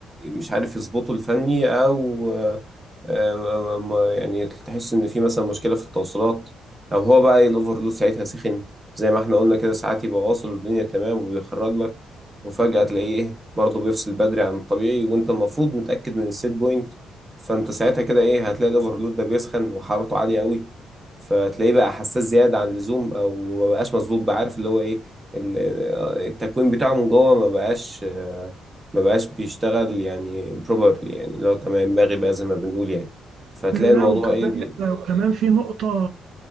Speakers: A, on the right (about 20°); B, on the right (about 70°).
A: مش عارف يظبطه الفني او آه، آه، ما- يعني تحس ان في مثلا مشكلة في التوصيلات او هو بقى الاوفرلود ساعتها سخن زي ما احنا قلنا كده ساعات يبقى واصل والدنيا تمام وبيخرج لك وفجأة تلاقيه ايه برضه بيفصل بدري عن الطبيعي وانت المفروض متأكد من السيت بوينت فانت ساعتها كده ايه هتلاقي الاوفرلود ده بيسخن وحرارته عاليه قوي فتلاقيه بقى حساس زياده عن اللزوم او ما بقاش مظبوط بقى عارف اللي هو ايه ال- آه، التكوين بتاعه من جوه ما بقاش ما بقاش بيشتغل يعني بروبرلي يعني اللي هو كما ينبغي بقى زي ما بنقول يعني فهتلاقي
B: لا
A: الموضوع
B: وكمان
A: ايه بي...
B: وكمان في نقطة